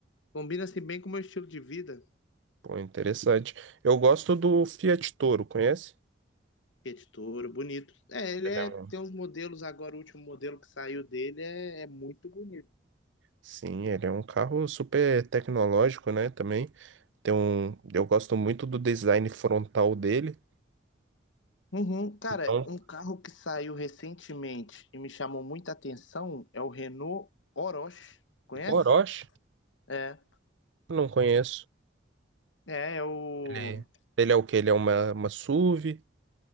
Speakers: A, on the left; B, on the right.
A: Combina assim bem com o meu estilo de vida.
B: Pô, interessante. Eu gosto do Fiat Toro, conhece?
A: Fiat Toro, bonito. É, ele
B: Ele
A: é,
B: é
A: tem
B: um-
A: uns modelos agora, o último modelo que saiu dele é, é muito bonito.
B: Sim, ele é um carro super tecnológico, né? Também tem um. Eu gosto muito do design frontal dele.
A: Uhum. Cara,
B: Então,
A: um carro que saiu recentemente e me chamou muita atenção é o Renault Oroch. Conhece?
B: Orochi,
A: É.
B: não conheço.
A: É, é o.
B: Ele, ele é o quê? Ele é uma, uma SUV,